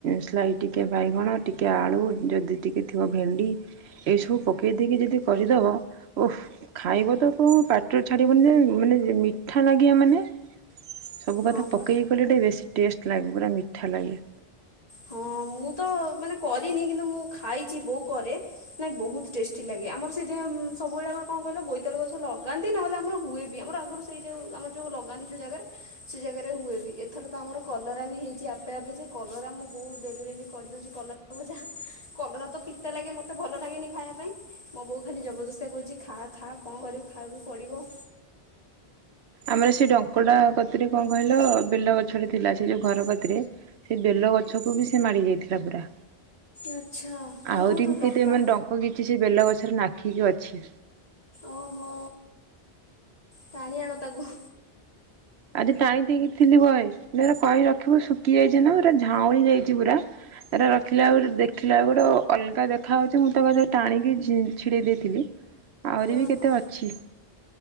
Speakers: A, on the right (about 80°); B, on the left (about 35°).
A: ସାଇ ଟିକେ ବାଇଗଣ ଟିକେ ଆଳୁ ଯଦି ଟିକେ ଥିବ ଭେଣ୍ଡି ଏଇ ସବୁ ପକେଇ ଦେଇକି ଯଦି କରିଦବ ଓହ। ଖାଇବ ତ କଣ ପାଟିରେ ଛାଡିବନି ଯେ ମାନେ ମିଠା ଲାଗିବା ମାନେ ସବୁ କଥା
B: ହଁ ବା
A: ପକେଇକି ଗଲେ ଟିକେ ବେଶୀ ଟେଷ୍ଟ ଲାଗେ ପୁରା ମିଠା ଲାଗେ।
B: ହଁ ମୁଁ ତ ମାନେ କରିନି କିନ୍ତୁ ମୁଁ ଖାଇଛି ବୋଉ କରେ। ନାଇଁ ବହୁତ ଟେଷ୍ଟି ଲାଗେ ଆମର ସେିନ ସବୁବେଳେ ଆମର କଣ କହିଲେ ବୋଇତଳୁ ଗଛ ଲଗାନ୍ତି। ନହଲେ ଆମର ହୁଏ ବି ଆମର ଆଗରୁ ସେଇ ଯୋଉ ଆମର ଯୋଉ ଲଗାନ୍ତି ଯୋଉ ଜାଗାରେ ସେ ଜାଗାରେ ହୁଏ। ଏଥର ତ ଆମର କଲରା ବି ହେଇଛି ଆପେ ଆପେ ଯେ କଲରା ବହୁ ଡେଲି ଡେଲି କରିଦଉଛି କଲର ଭଜା କଲରା ତ ପିତା ଲାଗେ ମତେ ଭଲ ଲାଗେନି ଖାଇବା ପାଇଁ। ମୋ ବୋଉ ଖାଲି ଜବରଦସ୍ତିଆ କହୁଚି ଖା ଖା କଣ କରିବୁ ଖାଇବାକୁ ପଡିବ।
A: ଆମର ସେ ଡଙ୍କଡା କତିରେ କଣ କହିଲ ବେିଲ ଗଛ ଟେ ଥିଲା ସେ ଯୋଉ ଘର କତିରେ। ସେ ବେଲ ଗଛକୁ ବି ସେ ମାଡ଼ି ଯାଇଥିଲା ପୁରା।
B: ଆଚ୍ଛା ମାନେ
A: ଆହୁରି
B: ବହୁତ
A: ବି
B: ଲମ୍ବା।
A: କେତେ <unintelligible> କିଛି ସେ ବେଲ ଗଛରେ ନାଖିକି ଅଛି।
B: ଓହୋ ଟାଣି ଆଣ ତାକୁ।
A: ଆଜି ଟାଣି <unintelligible> ଥିଲି ବହେ ପୁରା କ ରଖିବୁ ଶୁଖି ଯାଇଚି ନା ପୁରା ଝାଉଳି ଯାଇଚି ପୁରା। ଏଟା ରଖିଲା ଗୋଟେ ଦେଖିଲାକୁ ଗୋଟେ ଅଲଗା ଦେଖାହେଉଚି ମୁଁ ତା <unintelligible> ଟାଣିକି ଛିଡେଇ ଦେଇଥିଲି। ଆହୁରି
B: ଓହୋ
A: ବି କେତେ ଅଛି।